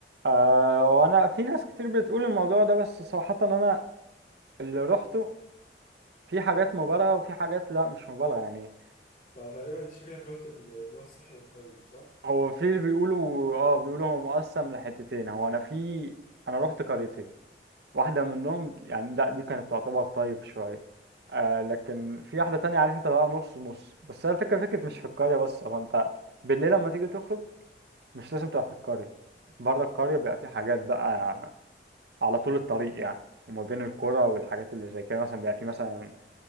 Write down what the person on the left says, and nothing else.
فتقريبا أنت شكلك رحت ال- اللي هو الساحل الطيب صح؟